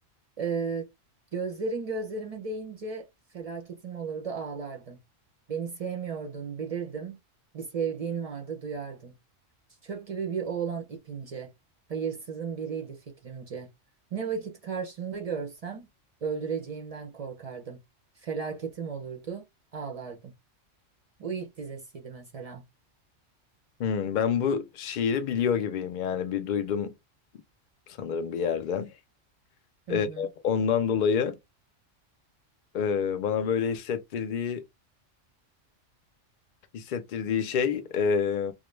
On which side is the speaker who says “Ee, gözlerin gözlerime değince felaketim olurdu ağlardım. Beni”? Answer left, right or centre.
Right